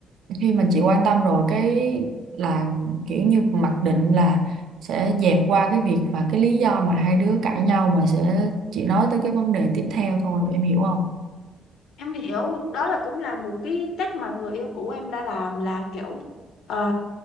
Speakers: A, on the right; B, on the left.
A: khi mà chị quan tâm rồi cái là kiểu như mặc định là sẽ dẹp qua cái việc và cái lý do mà hai đứa cãi nhau mà sẽ chỉ nói tới cái vấn đề tiếp theo thôi, em hiểu không?
B: Em hiểu, đó là cũng là một cái cách mà người yêu cũ em đã làm là kiểu ờ,